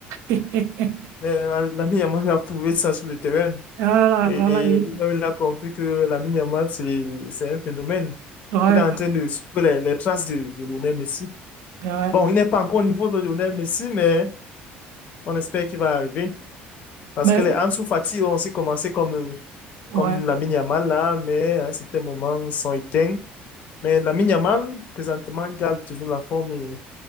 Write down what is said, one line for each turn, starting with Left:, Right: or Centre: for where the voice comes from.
Right: <laughs>
Left: Mais euh, Lamine Yamal a prouvé ça sur le terrain.
Right: Ah là,
Left: Et,
Right: ah là, il-
Left: lui-même, il a compris que Lamine Yamal, c'est, c'est un phénomène.
Right: ouais,
Left: Il est en train de suivre les, les traces de, de Lionel Messi.
Right: ben ouais.
Left: Bon, il n'est pas encore au niveau de Lionel Messi, mais on espère qu'il va arriver. Parce
Right: Mais
Left: que les Ansu Fati ont aussi commencé comme, euh,
Right: ouais,
Left: comme Lamine Yamal là, mais à un certain moment, ils sont éteints. Mais Lamine Yamal, présentement, il garde toujours la forme et